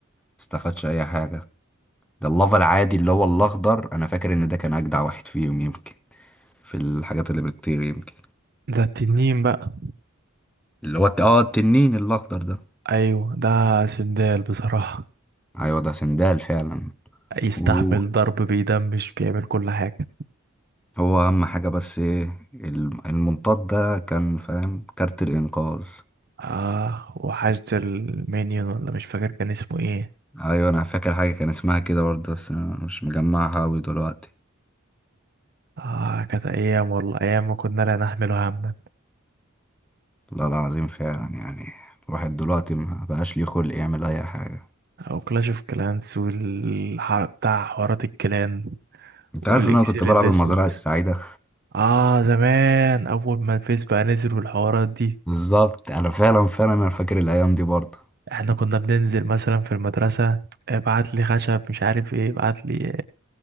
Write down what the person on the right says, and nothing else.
ده التنين بقى
ايوه ده سندال بصراحة
يستحمل
ضرب بيدمش بيعمل كل حاجة
اه وحشد المينيون ولا مش فاكر كان اسمه ايه
اه كانت ايام والله ايام ما كنا لا نحمل هما
او كلاش اوف كلانس والحرب بتاع حوارات الكلان
والاكسير
الاسود
اه زمان اول ما الفيس بقى نزل والحوارات دي
احنا كنا بننزل مثلا في المدرسة ابعت لي خشب مش عارف ايه ابعت لي